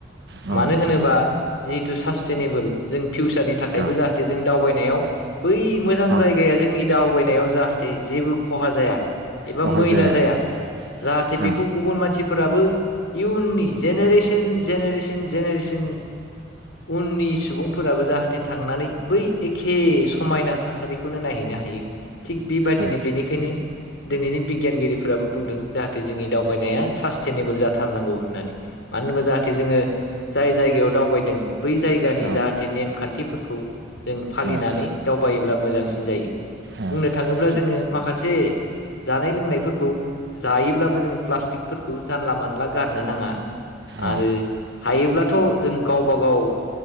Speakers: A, on the right; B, on the left.
A: औ
B: मानो
A: नोंथां
B: होनोबा जिहेतु सास्टेनेबोल जों फिउचारनि थाखायबो
A: औ
B: जाहाथे जों दावबायनो बै मोजां
A: औ
B: जायगाया जोंनि दावबायनायाव जाहाथे जेबो खहा जाया एबा मैला
A: खहा
B: जाया
A: औ नोंथां
B: जाहाथे बेखौ
A: औ
B: गुबुन मानसि फोराबो इयुननि जेनेरेसन जेनेरेसन जेनेरेसन उननि सुबुंफोराबो जाहाथे थांनानै बै एखे समायना थासारिखौनो नायहैनो ह थिग बेबायदिनो
A: औ
B: बेनिखायनो दिनैनि बिगियानगिरिफोराबो बुंदों जाहाथे जोंनि दावबायनाया सासटेनेबोल जाथारनांगौ होननानै मानो होनोबा जाहाथे जोङो जाय जायगायाव दावबायदों बै जायगानि
A: औ
B: जाहाथे नेमखान्थिफोरखौ जों फालिनानै
A: औ
B: दावबायो मोजांसिन जायो
A: औ
B: बुंनो थाङोब्ला
A: थिग
B: जोङो माखासे जानाय लोंनायफोरखौ जायोब्लाबो जोङो प्लास्टिकफोरखौ जानला मानला गारनो नाङा
A: औ
B: आरो हायोब्लाथ' जों गावबा गाव